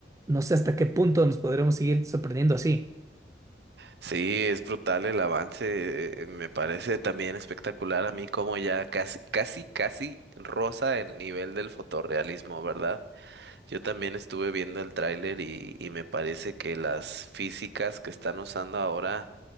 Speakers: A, on the right; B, on the right.
A: no sé hasta qué punto nos podremos seguir sorprendiendo así.
B: Sí, es brutal el avance. eh, Me parece también espectacular a mí como ya casi, casi, casi roza el nivel del fotorrealismo, ¿verdad? Yo también estuve viendo el tráiler y, y me parece que las físicas que están usando ahora